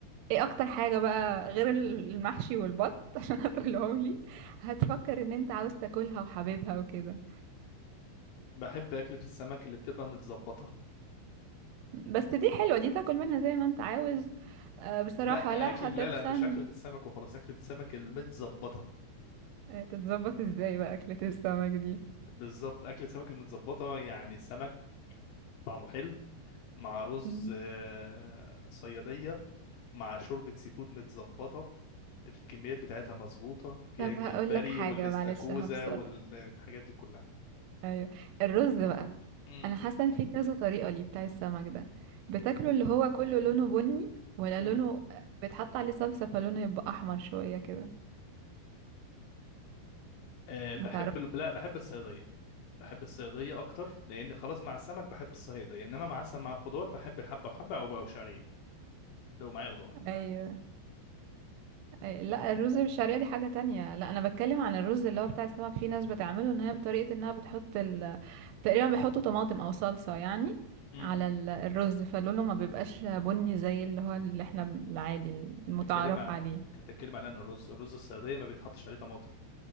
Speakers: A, on the right; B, on the left.
A: ايه اكتر حاجة بقى غير ال- المحشي والبط <laughs> عشان هتقولهم لي هتفكر ان انت عاوز تاكلها وحاببها وكده
B: بحب اكله السمك اللي بتبقى متظبطه
A: بس دي حلوة دي تاكل منها زي ما انت عاوز آه، بصراحة
B: لا
A: لا
B: اكل
A: هتتخن
B: لا لا مش اكله السمك وخلاص اكله السمك المتظبطه
A: آه، تتظبط ازاي بقى أكلة السمك دي
B: بالظبط اكل سمك المتظبطه يعني سمك طعمه حلو مع رز
A: مم.
B: آه، صياديه مع شوربه سي فود متظبطه الكميات بتاعتها مظبوطه فيها
A: طب
B: الجمبري
A: هقول لك حاجة
B: والاستاكوزا
A: معلش هفصل
B: والحاجات دي كلها
A: ايوه الرز بقى
B: امم
A: انا حاسة ان في كذا طريقة ليه بتاع السمك ده بتاكله اللي هو كله لونه بني ولا
B: امم
A: لونه بيتحط عليه صلصة فلونه يبقى احمر شوية كده
B: أه
A: ما
B: بحب
A: تعرف
B: ال- لا بحب الصياديه بحب الصياديه اكتر لان خلاص مع السمك بحب الصياديه انما مع سم- مع الخضار بحب الحبه وحبه او او شعريه لو معايا خضار
A: ايوه أي- لا الرز بالشعرية دي حاجة تانية لا انا بتكلم عن الرز اللي هو بتاع السمك في ناس بتعمله ان هي بطريقة انها بتحط ال... تقريبا بيحطوا طماطم او صلصة يعني
B: امم
A: على
B: أمم.
A: ال- الرز فلونه ما بيبقاش بني زي اللي هو اللي احنا بن- العادي
B: بتتكلم
A: المتعارف
B: مع-
A: عليه
B: انت بتتكلم على ان الرز الرز الصياديه ما بيتحطش عليه طماطم